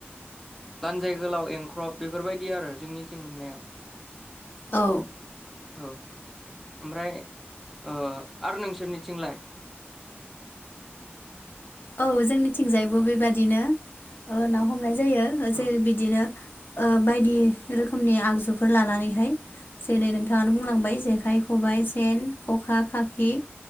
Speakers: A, in the centre; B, on the left.
A: लानजाय गोलाव एंख्रब बेफोरबायदि आरो जोंनिथिं मोननाया।
B: औ।
A: औ। ओमफ्राय ओ आरो नोंसोरनि थिंलाय?
B: औ जोंनिथिंजायबो बेबादिनो ना हमनाय जायो जेरै
A: औ
B: बिदिनो। बायदि रोखोमनि आगजुफोर लानानैहाय जेरै नोंथाङानो बुंलांबाय जेखाइ, खबाइ, सेन, खखा, खाखि